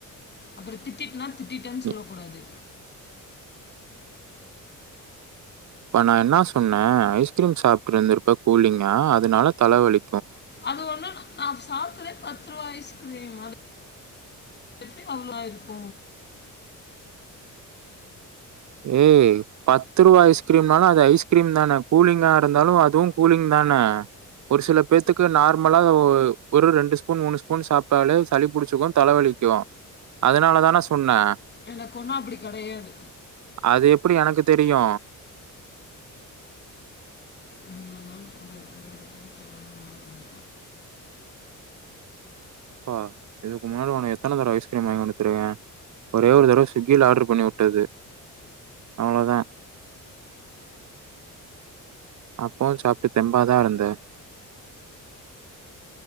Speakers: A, on the left; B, on the right.
A: அப்பற திட்டிட்டனா திட்டிட்டன் சொல்லக்கூடாது
B: இ இப்ப நா என்னா சொன்ன ஐஸ்கிரீம் சாப்ட்டு இருந்துருப்ப கூலிங்கா அதனால தலவலி
A: அது ஒன்னு நா சாப்பல பத்து ரூவா ஐஸ்க்ரீம் அது எப்டி அவ்ளோ ஆயிருக்கு
B: ஏய் பத்து ரூவா ஐஸ்கிரீம்னாலு அது ஐஸ்கிரீம் தான கூலிங்கா இருந்தாலு அதுவும் கூலிங் தான ஒரு சில பேத்துக்கு நார்மலா ஒ ஒரு ரெண்டு ஸ்பூன் மூணு ஸ்பூன் சாப்ட்டாலே சளி புடிச்சிக்கு தலைவலிக்கு அதனால தான சொன்ன
A: எனக்கு ஒன்னு அப்டி கெடையாது
B: அது எப்டி எனக்கு தெரியு
A: உன்னனால் புகழ் இருபது பொருட்களான நாகம்
B: ப்பா இதுக்கு முன்னாடி உன எத்தன தடவை ஐஸ்கிரீம் வாங்கி குத்துருவே ஒரே ஒரு தடவ ஸ்விக்கியில ஆர்டர் பண்ணி வுட்டது அவ்ளோதா அப்பவு சாப்ட்டு தெம்பாதா இருந்த